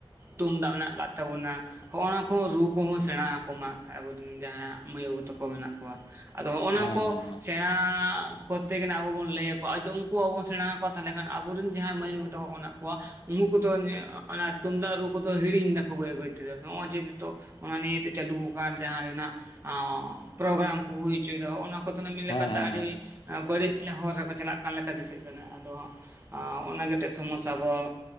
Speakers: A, on the right (about 25°); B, on the left (about 60°).
A: ᱛᱩᱢᱫᱟᱜ ᱢᱮᱱᱟᱜ ᱟᱠᱟᱫ ᱛᱟᱵᱚᱱᱟ ᱦᱚᱜᱼᱱᱟ ᱠᱚ ᱨᱩ ᱠᱚᱦᱚᱸ ᱥᱮᱸᱲᱟ ᱟᱠᱚᱢᱟ ᱟᱵᱚᱨᱮᱱ ᱡᱟᱦᱟᱸ ᱢᱟᱹᱭ ᱵᱟᱹᱵᱩ ᱛᱟᱠᱚ ᱢᱮᱱᱟᱜ ᱠᱚᱣᱟ ᱟᱫᱚ ᱦᱚᱸᱜ ᱱᱚᱣᱟ
B: ᱦᱮᱸ
A: ᱠᱚ
B: ᱦᱮᱸ
A: ᱥᱮᱸᱲᱟ ᱠᱚᱨᱛᱮ ᱜᱮ ᱟᱵᱚ ᱵᱚᱱ ᱞᱟᱹᱭ ᱟᱠᱚᱣᱟ ᱡᱚᱫᱤ ᱩᱱᱠᱩ ᱦᱚᱸᱵᱚᱱ ᱥᱮᱸᱲᱟ ᱟᱠᱚᱣᱟ ᱛᱟᱦᱚᱞᱮ ᱠᱷᱟᱱ ᱟᱵᱚᱨᱮᱱ ᱡᱟᱦᱟᱸᱭ ᱢᱟᱹᱭ ᱵᱟᱹᱵᱩ ᱢᱮᱱᱟᱜ ᱠᱚᱣᱟ ᱩᱱᱠᱩ ᱠᱚᱫᱚ ᱛᱩᱢᱫᱟᱜ ᱨᱩ ᱠᱚᱫᱚ ᱦᱤᱲᱤᱧ ᱫᱟᱠᱚ ᱵᱟᱹᱭ ᱵᱟᱹᱭ ᱛᱮᱫᱚ ᱱᱚᱜᱼᱚᱭ ᱡᱮ ᱱᱤᱛᱚᱜ ᱚᱱᱟ ᱱᱤᱭᱮᱛᱮ ᱪᱟᱹᱞᱩ ᱟᱠᱟᱱ ᱡᱟᱦᱟᱸ ᱦᱮᱱᱟᱜ ᱚᱸᱜ ᱯᱨᱳᱜᱨᱟᱢ ᱠᱚ ᱦᱩᱭ ᱦᱚᱪᱚᱭᱮᱫᱟ ᱱᱚᱜᱼᱚ ᱱᱚᱣᱟ ᱠᱚᱫᱚ ᱢᱤᱫ ᱞᱮᱠᱟᱛᱮ
B: ᱦᱮᱸ ᱦᱮᱸ
A: ᱟᱹᱰᱤ
B: ᱦᱮᱸ ᱦᱮᱸ
A: ᱵᱟᱹᱲᱤᱡ ᱦᱚᱨ ᱨᱮᱠᱚ ᱪᱟᱞᱟᱜ ᱠᱟᱱ ᱞᱮᱠᱟ ᱫᱤᱥᱟᱹᱜ ᱠᱟᱱᱟ ᱟᱫᱚ ᱦᱟᱸᱜ ᱚᱱᱟ ᱜᱮᱴᱮᱡ ᱥᱚᱢᱚᱥᱟ ᱵᱚ